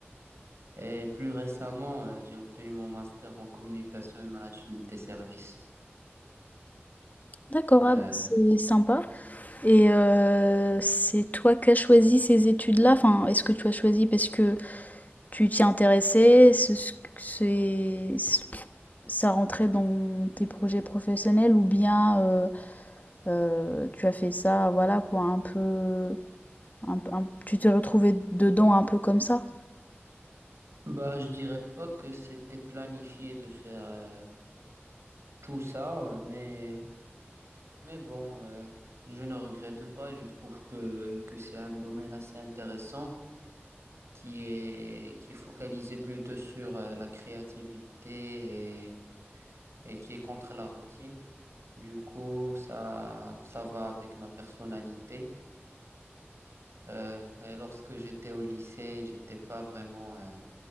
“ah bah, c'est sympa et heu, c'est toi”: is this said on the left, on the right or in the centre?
Left